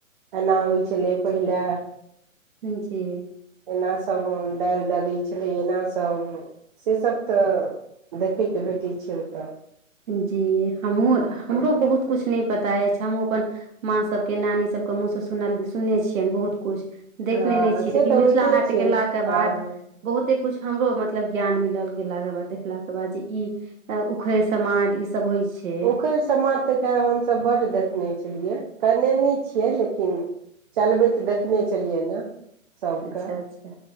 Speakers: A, on the right; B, on the right.
A: एना होइ छलै पहिले
B: ह छै
A: एना सब दालि दर् कहे छलै एना सब से सब तऽ देखैके भेटै छै ओतऽ
B: जी हमहु हमरो बहुत कुछ नै पता अछि हमहु अपन माँ सब के नानी सब के मुँह से सुनल सुनने छियनि बहुत कुछ देखने
A: हँ
B: नहि छियै
A: से
B: लेकिन
A: तऽ होइते
B: मिथिला हाट
A: छियै
B: गेला के
A: हँ
B: बाद बहुते कुछ हमरो मतलब ज्ञान मिल गेलाक के बाद देखलाक के बाद जे ई उखैर समाट ई सब होइ छै
A: ओखर समाट तऽ खैर हमसभ बड्ड देखने छलियै कैने नहि छियै लेकिन चलबैतऽ देखने छलियै ने सभके
B: अच्छा अच्छा